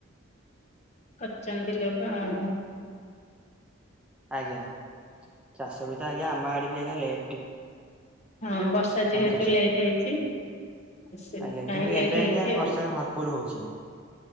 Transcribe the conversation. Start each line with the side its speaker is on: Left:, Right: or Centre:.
Left: କରଚନ୍ତି ଲୋଗ ଆଉ।
Centre: ଆଜ୍ଞା ଚାଷ ବି ତ ଆଜ୍ଞା ଆମ ଆଡେ ବି ଆଜ୍ଞା ଲେଟି
Left: ହଁ ବର୍ଷା ଯେହେତୁ
Centre: ହଉଛି
Left: ଲେଟ୍ ହେଇଚି ଏ ସେଇଥିପାଇଁ
Centre: ଆଜ୍ଞା କିନ୍ତୁ
Left: ଲେଟ୍
Centre: ଏବେ
Left: ହେଇଚି
Centre: ଆଜ୍ଞା
Left: ଆଉ।
Centre: ବର୍ଷା ଭରପୁର ହଉଛି।